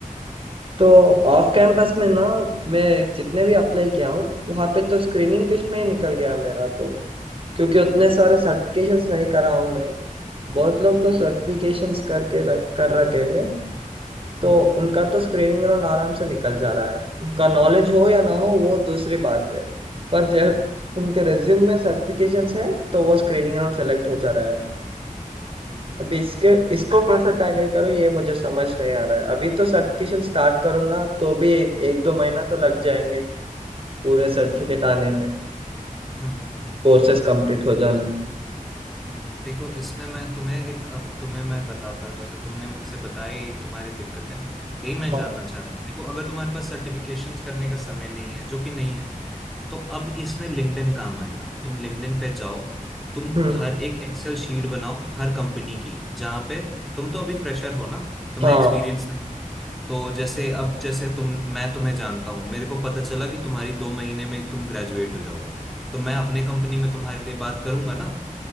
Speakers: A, on the right (about 40°); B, in the centre.
A: तो ऑफ कैंपस
B: हम्म
A: में ना मैं जितने भी अप्लाई किया हूँ वहाँ पे तो स्क्रीनिंग टेस्ट में ही निकल गया मेरा तो क्योंकि उतने सारे सर्टिफिकेशंस नहीं करा हूँ मैं बहुत लोग तो सर्टिफिकेशंस करके रख कर रखे हैं तो
B: हम्म
A: उनका तो स्क्रीनिंग राउंड आराम से निकल जा रहा है उनका नॉलेज हो या ना हो वो दूसरी बात है पर जब उनके रिज्यूम में सर्टिफिकेशंस है तो वो स्क्रीनिंग राउंड सेलेक्ट हो जा रहा है
B: हम्म हम्म
A: अभी इसके इसको कैसे टैकल करूँ ये मुझे समझ नहीं आ रहा है अभी तो सर्टिफिकेशन स्टार्ट करूंगा तो भी एक दो महीना तो लग जाएंगे पूरे सर्टिफिकेट आने में
B: हम्म, हम्म,
A: कोर्सेज कंप्लीट हो जाने में
B: हम्म, देखो इसमें मैं तुम्हें एक अब तुम्हें मैं बताता हूँ जैसे तुमने मुझसे बताई तुम्हारी दिक्कतें यही मैं
A: हाँ
B: जानना चाह रहा था देखो अगर तुम्हारे पास सर्टिफिकेशंस करने का समय नहीं है जो कि नहीं है तो अब इसमें लिंक्डइन काम आएगा तुम लिंक्डइन पे जाओ तुम
A: हम्म
B: हर एक एक्सेल शीट बनाओ हर कंपनी की जहाँ पे तुम तो अभी फ्रेशर हो ना तुम्हें
A: हाँ
B: एक्सपीरियंस नहीं है तो जैसे अब जैसे तुम मैं तुम्हें जानता हूँ मेरे को पता चला कि तुम्हारी दो महीने में तुम ग्रेजुएट हो जाओगे तो मैं अपने कंपनी में तुम्हारे लिए बात करूंगा ना